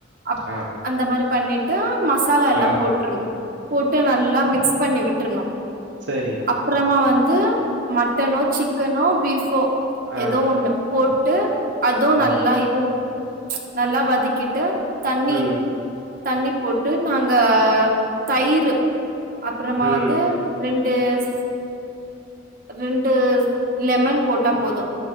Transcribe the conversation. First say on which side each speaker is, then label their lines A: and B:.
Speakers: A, on the right (about 45°); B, on the right (about 65°).
A: அப்
B: ஆ
A: அந்த மாரி பண்ணிட்டு மசாலா எல்லா
B: ஆ
A: போட்டுர்ணு போட்டு நல்லா மிக்ஸ் பண்ணி விட்டுர்ணு
B: சரி
A: அப்புறமா வந்து மட்டனோ சிக்கனோ ஃபீபோ
B: ஆ
A: எதோ ஒண்ணு போட்டு அதுவு
B: ஆ
A: நல்லா இது நல்லா வதக்கிட்டு தண்ணி
B: ம்
A: தண்ணி போட்டு நாங்க தயிரு அப்புறமா
B: ம்
A: வந்து ரெண்டு ச் ரெண்டு லெமன் போட்டா போது